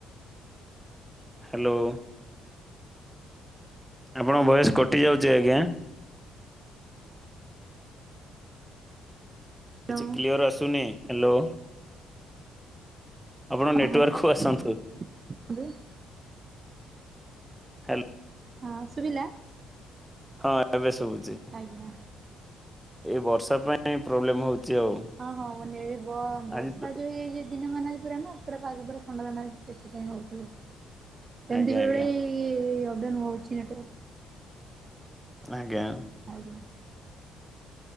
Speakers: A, in the centre; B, on the right.
A: ହ୍ୟାଲୋ। ଆପଣଙ୍କ ବୟସ କଟି ଯାଉଛି ଆଜ୍ଞା।
B: ହ୍ୟାଲୋ
A: କିଛି କ୍ଲିଅର୍ ଆସୁନି ହ୍ୟାଲୋ। ଆପଣ
B: ହଁ
A: ନେଟୱାର୍କକୁୁ
B: ହ୍ୟାଲୋ
A: ଆସନ୍ତୁ।
B: <inaudible>
A: ହ୍ୟାଲୋ
B: ହଁ ସୁଭିଲା।
A: ହଁ ଏବେ ଶୁଭୁଛି।
B: ଆଜ୍ଞା
A: ଏଇ ବର୍ଷା ପାଇଁ ପ୍ରୋବ୍ଲେମ୍ ହଉଛି ଆଉ।
B: ହଁ ହଁ ନେଳିବ ବର୍ଷା
A: ଆଜି ତ
B: ଯୋଉ ଏଇ ଯ ଦିନ ମ ପୁରା ନା ପୁରା ପାଗ ପୁରା ଥଣ୍ଡା ଥଣ୍ଡା ସେଥିପାଇଁ ହଉଥିବ। ଏମିତି
A: ଆଜ୍ଞା
B: ବେଳେ
A: ଆଜ୍ଞା
B: ବେଳେ ଅପଡାଉ ହଉଛିଟ
A: ଆଜ୍ଞା।
B: ଆଜ୍ଞା।